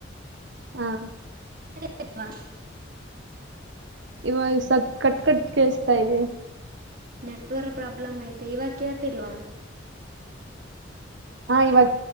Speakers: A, on the right (about 65°); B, on the right (about 45°).
A: ಹ.
B: <inaudible>
A: ಇವಾಗ ಸ್ವಲ್ಪ ಕಟ್ ಕಟ್ ಕೇಳಸ್ತಾ ಇದೆ.
B: ನೆಟ್ವರ್ಕ್ ಪ್ರಾಬ್ಲಮ್ ಐತೆ ಇವಾಗ ಕೇಳ್ತಿಲ್ವಾ.
A: ಹಾ ಇವ್ಗ